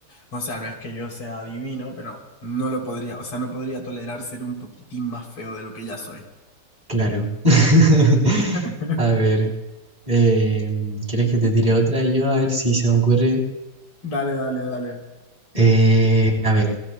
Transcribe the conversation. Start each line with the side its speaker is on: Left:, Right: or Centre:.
Left: o sea, no es que yo sea divino, pero no lo podría, o sea, no podría tolerar ser un poquitín más feo de lo que ya soy.
Right: Claro. <laughs>
Left: <laughs>
Right: A ver, eh, ¿quieres que te tire otra yo? A ver si se me ocurre.
Left: Dale, dale, dale.
Right: Eh, a ver,